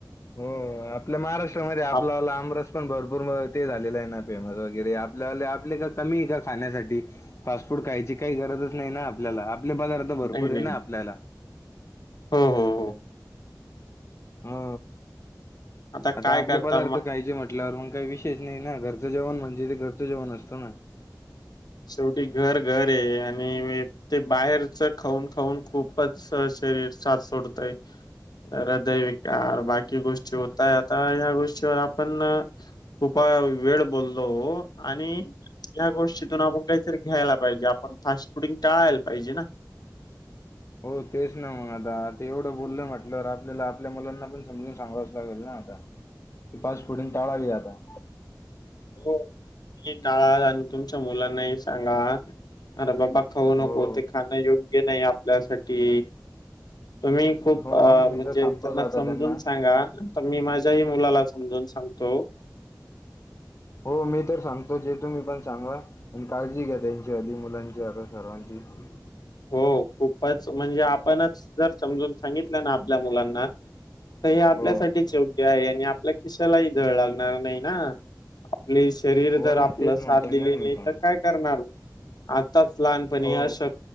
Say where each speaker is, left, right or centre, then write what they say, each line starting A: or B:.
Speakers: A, on the left; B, on the left.
A: हो आपल्या महाराष्ट्रामध्ये आपलाला
B: आप
A: आमरस पण भरपूर ते झालेलं आहे ना फेमस <unintelligible> आपल्या आपले का कमी आहे का खाण्यासाठी फास्ट फूड खायची काही गरजच नाही ना आपल्याला. आपले पदार्थ आता भरपूर
B: नाही नाही
A: आहे ना आपल्याला.
B: हो हो हो.
A: हो
B: काय
A: आता आपले
B: करता
A: पदार्थ
B: मग
A: खायचे म्हटल्यावर मण काही विशेष नाही ना घर चं जेवण म्हणजे तेे घरचं जेवण असतो ना.
B: शेवटी घर घर आहे आणि हे ते बाहेरच खाऊन खाऊन खूपच शरीर सात सोडतय. रदैविक आहार बाकी गोष्टी होतय आता ह्या गोष्टीवर आपण खूप वेळ बोललो हो आणि या गोष तिथून आपण काहीतरी घ्यायला पाहिजे आपण फास्ट फुडिंग टळायला पाहिजे ना.
A: हो तेच ना मग आता तेवढं बोललं म्हटलंवर आपल्याला आपल्या मुलांना पण समजून सांगावच लागेल ना. हा का फास्टफूड ने टाळा हे आता.
B: हो टाळा आणि तुमच्या मुलांनाही सांगा अरे बाबा खाऊ नको
A: हो
B: ते खाणं योग्य नाही आपल्यासाठी. तुम्ही खूप
A: हो
B: अ
A: आम्ही
B: म्हणजे
A: तर सांगतोच
B: त्यांना
A: आता
B: समजून
A: त्यांना
B: सांगा. तर मी माझ्याही मुलाला समजून सांगतो.
A: हो मी तर सांगतो जे तुम्ही पण सांगा पण काळजी घ्या त्यांची हली मुलांची आता सर्वां ह
B: हो खूपच म्हणजे आपणच जर समजून सांगितलं ना आपल्या मुलांना तर हे आपल्यासाठीच
A: हो
B: योग्य आहे आणि आपल्या खिशालाही झळ लागणार नाही ना. आपली शरीर
A: हो
B: जर
A: मग
B: आपलं
A: तेच
B: साथ
A: म्हणतोय
B: दिली
A: ना मी
B: नाही
A: पण
B: तर काय करणार आताच लहानपणी
A: हो
B: अश